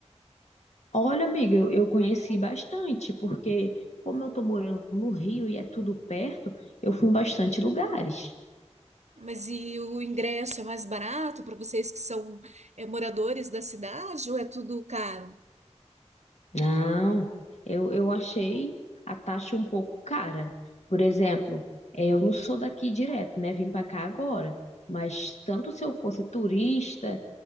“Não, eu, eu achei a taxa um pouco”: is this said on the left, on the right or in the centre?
Left